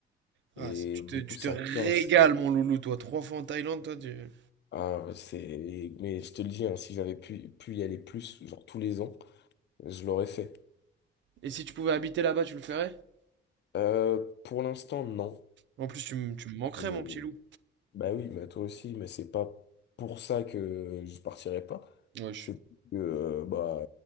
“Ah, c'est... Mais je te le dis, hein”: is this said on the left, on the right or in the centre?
Left